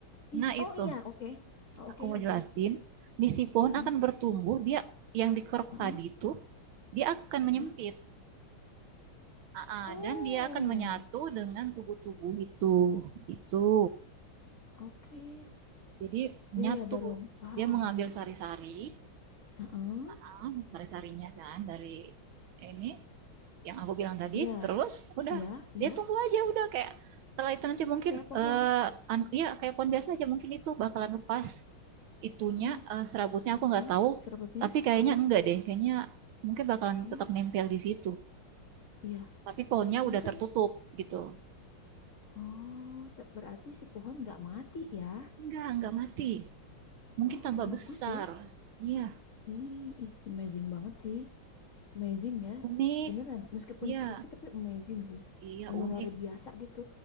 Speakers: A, on the left; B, on the right.
A: ih
B: Nah,
A: oh
B: itu
A: iya oke Oh,
B: aku
A: oke
B: mau
A: oke
B: jelasin. Di si pohon
A: Heeh,
B: akan bertumbuh, dia yang dikeruk
A: heeh,
B: tadi itu, dia akan menyempit.
A: heeh.
B: Aa,
A: oh
B: dan dia akan menyatu dengan tubuh-tubuh itu. Itu.
A: oke
B: Jadi menyatu.
A: ya ya baru paham
B: Dia mengambil sari-sari,
A: Heeh,
B: ah, sari-sarinya kan dari ini yang aku bilang tadi
A: iya
B: terus udah
A: iya
B: dia
A: iya
B: tunggu aja udah kayak setelah itu nanti mungkin
A: kayak pohon
B: eh ya kayak pohon biasa aja mungkin itu bakalan lepas itunya
A: ya
B: eh, serabutnya aku
A: heeh,
B: nggak tahu
A: serabutnya
B: tapi kayaknya
A: heeh,
B: enggak deh kayaknya mungkin bakalan
A: iya
B: tetap nempel di situ
A: iya
B: tapi pohonnya
A: I-
B: udah
A: iya kan
B: tertutup gitu
A: oh te- berarti si pohon nggak mati ya
B: enggak enggak mati mungkin
A: oh
B: tambah
A: bagus
B: besar
A: ya
B: iya
A: Ih, ih, amazing banget sih. Amazing ya.
B: unik
A: Beneran, meskipun
B: iya
A: creepy tapi amazing sih.
B: iya
A: bener
B: unik
A: luar biasa gitu.